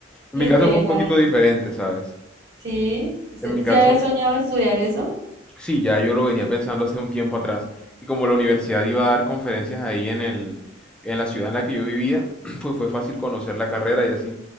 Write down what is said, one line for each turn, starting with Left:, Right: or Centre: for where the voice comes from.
Centre: En
Right: Literal.
Centre: mi caso fue un poquito diferente, ¿sabes?
Right: Sí. ¿Sí
Centre: En mi caso,
Right: sí había soñado estudiar eso?
Centre: sí, ya yo lo venía pensando hace un tiempo atrás. Y como la universidad iba a dar conferencias ahí en el, en la ciudad en la que yo vivía, <clears throat> pues fue fácil conocer la carrera y así.